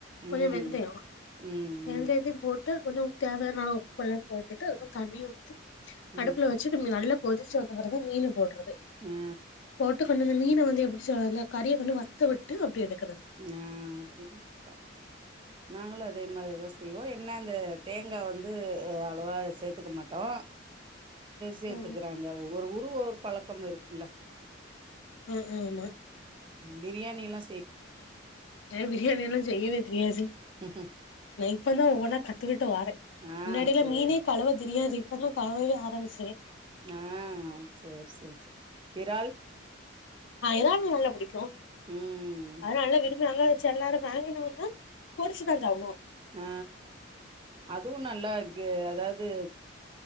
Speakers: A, on the right; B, on the left.
A: ம்
B: கொஞ்சோ வெந்தயோ
A: ம்
B: வெந்தயத்தையு போட் ட்டு கொஞ்சோ தேவையானா அளவு உப்புயெல்லா போட்டுட்டு அதுக்கு தண்ணிய ஊத்தி
A: ம்
B: அடுப்புல வச்சு <unintelligible> நல்லா கொதிச்சு வந்த பிறகு மீன்னு போடுறது
A: ம் ஆ
B: போட்டு <unintelligible> மீன வந்து எப்டி சொல்றது கறியா கொண்டு வத்த விட்டு அப்படி எடு
A: ஆ அப்டிதா அப்டிதா நாங்களு அதே மாரி தான் செய்வோ என்ன அந்த தேங்கா வந்து அவ்ளோவா சேத்துக்க மாட்டோ சேர்த்துக்குறாங்க
B: ஆ
A: ஒவ்வொரு ஊரு ஒவ்வொரு பழக் பக்கம் இருக்குல
B: ஆ ஆ ஆமா
A: பிரியாணி எல்லா
B: ஏ பிரியாணியெல்லா செய்யவே தெரியாது
A: <inaudible>
B: இப்பதா ஒவ்வொண்ணா கத் த்துக்கிட்டு வாரே
A: ஆ
B: முன்னாடியிலா
A: சேரி
B: மீனே கழுவ தெரியாது இப்ப தான் கழுவவே ஆரம்பிச்சுருக்கே
A: ஆ சேரி சேரி சேரி இறால்
B: ஆ இறால் நல்லா புடிக்கூ
A: ம்
B: அதன நல்லா விரும்பி எல்லாரு வாங்கினம்னா பொறிச்சுதா சாப்புடுவோ
A: ஆ அதுவு நல்லா அதாவது